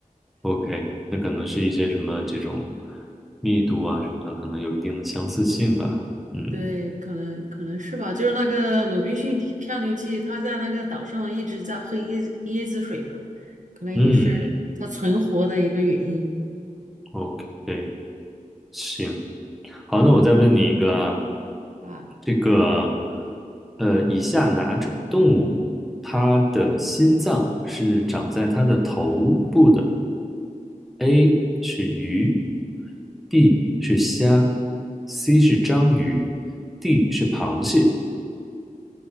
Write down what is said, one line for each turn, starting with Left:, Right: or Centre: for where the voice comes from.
Centre: OK，那可能是一些什么这种密度啊什么的，可能有一定的相似性吧。嗯
Right: 对，可能可能是吧。就是那个鲁滨逊漂流记，他在那个岛上一直在喝椰椰子水吧，可能也是他存活的一个原因
Centre: 嗯，OK，行，好，那我再问你一个啊，
Right: 啊。
Centre: 这个呃，以下哪种动物它的心脏是长在它的头部的？A 是鱼，B 是虾，C 是章鱼，D 是螃蟹，